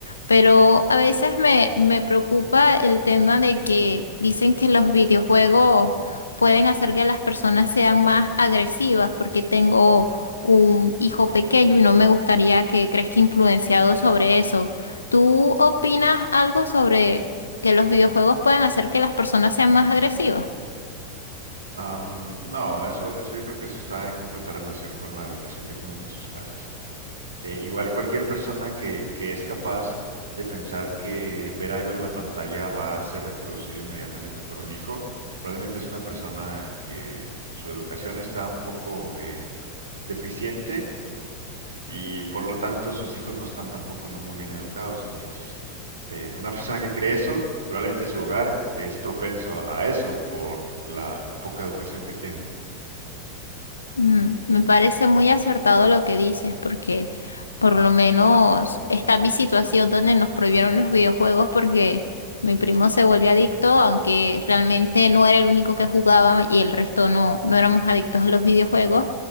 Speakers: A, on the left (about 75°); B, on the right (about 70°).
A: Pero a veces me, me preocupa el tema de que dicen que los videojuegos pueden hacer que las personas sean más agresivas, porque tengo un hijo pequeño y no me gustaría que crezca influenciado sobre eso. ¿Tú opinas algo sobre que los videojuegos pueden hacer que las personas sean más agresivas?
B: Am, no, eso, eso yo creo que eso está en completa relación con la educación que tienes en sus casas. Eh, igual cualquier persona que, que es capaz de pensar que ver algo en la pantalla va a ser reproducido inmediatamente por un hijo, probablemente es una persona que su educación está un poco eh, deficiente y por lo tanto sus hijos no están tampoco no muy bien educados. Entonces, eh, una <laughs> persona que cree eso, probablemente su hogar es propenso a a eso por la poca educación que tiene.
A: Mm, me parece muy acertado lo que dices, porque por lo menos está mi situación donde nos prohibieron los videojuegos porque mi primo se volvió adicto, aunque realmente no era el único que jugaba y el resto no, no éramos adictos a los videojuegos.